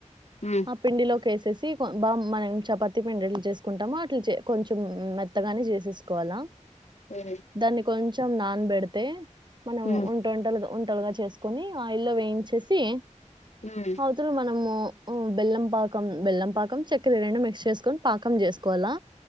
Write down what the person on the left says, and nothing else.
ఉమ్
ఉమ్
ఉమ్.
హ్మ్